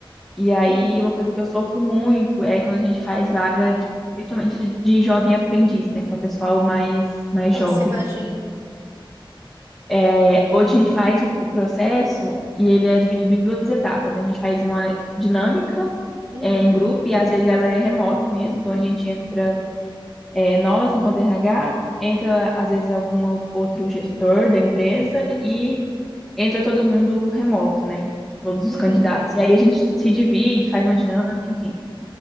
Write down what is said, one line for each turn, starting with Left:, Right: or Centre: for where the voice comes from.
Centre: E aí,
Right: uhum.
Centre: uma coisa que eu sofro muito é quando a gente faz vaga, de- principalmente de jovem aprendiz, né? Que é o pessoal mais, mais
Right: Nossa,
Centre: jovem.
Right: imagino.
Centre: É, hoje a gente faz o, o processo e ele é dividido em duas etapas. né? A gente faz uma dinâmica
Right: Uhum,
Centre: é, em grupo e às vezes ela é remota mesmo, então a gente entra, é, nós enquanto RH, entra às vezes algum ou- outro gestor da empresa e entra todo mundo remoto, né? Todos
Right: uhum.
Centre: os candidatos. E aí a gente se divide, faz uma dinâmica, enfim.